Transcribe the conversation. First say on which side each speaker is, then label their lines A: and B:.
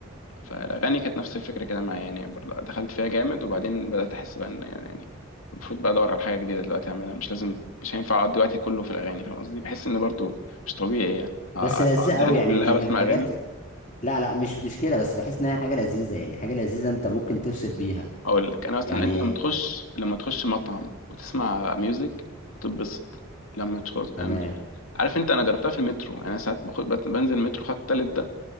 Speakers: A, on the left (about 85°); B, on the left (about 35°).
A: فالاغاني كانت نفس الفكره كده معايا يعني برضه دخلت فيها جامد وبعدين بدات احس بقى ان يعني يعني المفروض بقى ادور على حاجه جديده دلوقتي اعملها مش لازم مش هينفع اقضي وقتي كله في الاغاني فاهم قصدي بحس ان برضه مش طبيعي يعني أ- أ-
B: بس لذيذه
A: اقضي
B: قوي
A: حياتي
B: يعني
A: كلها
B: من ال-
A: بسمع
B: من الحاجات
A: اغاني
B: لا لا مش مش كده بس بحس ان هي حاجه لذيذه يعني حاجه لذيذه انت ممكن تفصل بيها
A: هقول لك انا مثلا
B: يعني
A: انت لما مم. تخش لما تخش مطعم وتسمع ميوزك بتتبسط لما تخش
B: تمام
A: أنا... عارف انت انا جربتها في المترو يعني انا ساعات باخد بت- بنزل المترو خط التالت ده